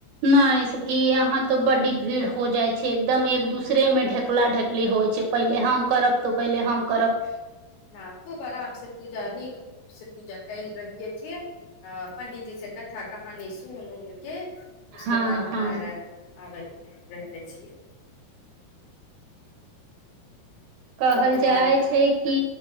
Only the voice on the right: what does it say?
नहि सखी यहाँ तऽ बड्डी भीड़ हो जाइ छै एकदम एक दूसरे मे ढकला ढकली होइ छै पहिले हम करब तऽ पहिले हम करब
हँ
हँ
कहल
जाइ
छै कि